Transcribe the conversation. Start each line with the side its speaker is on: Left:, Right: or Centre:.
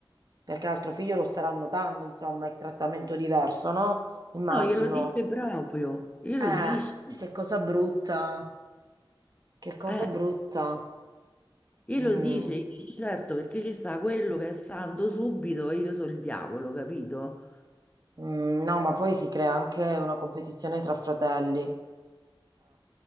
Right: perché l'altro figlio lo starà notando, insomma, è trattamento diverso, no? Immagino.
Left: No, glielo dice proprio, glielo
Right: Eh,
Left: dice,
Right: che cosa brutta, che cosa
Left: eh,
Right: brutta.
Left: glielo
Right: Mm,
Left: dice, gli dice, certo, perché ci sta quello che è santo subito e io sono il diavolo, capito?
Right: mm, no, ma poi si crea anche una competizione tra fratelli. Eh,